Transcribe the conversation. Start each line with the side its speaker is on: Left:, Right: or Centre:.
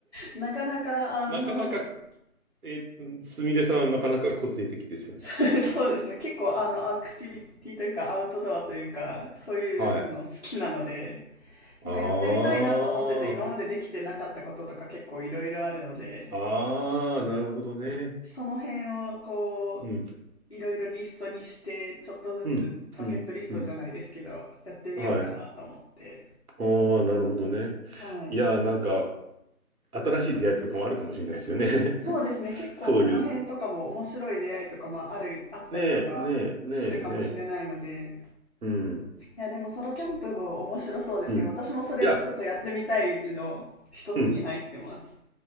Left: なかなか、あの、
Right: なかなか、えー、すみれさん、なかなか個性的ですよね。
Left: <laughs> そうそうですね。結構、あの、アクティビティというか、アウトドアというか、そういうの好きなので、
Right: はい。あ
Left: なんかやってみたいなと思ってて、今までできてなかったこととか結構いろいろあるので、
Right: あ、ああ、なるほどね。
Left: その辺をこ
Right: うん、
Left: う、いろいろリストにして、ちょっとずつバケットリストじゃないですけど、
Right: うん、うん、うん。
Left: やってみようかなと思って。
Right: はい。ああ、なるほどね。
Left: はい。
Right: いやー、なんか、新しい出会いとかもあるかもしれないですよね。<laughs>
Left: そうですね。結構その辺とかも面白い出会いとかもある、
Right: そういう、
Left: あったりとかするかもしれないので、
Right: ねえ、ねえ、ねえ、ねえ。うん。
Left: いや、でもソロキャンプも面白そうですね。
Right: うん。
Left: 私もそれちょっとやってみたいうちの一つに入ってます。
Right: いや、うん。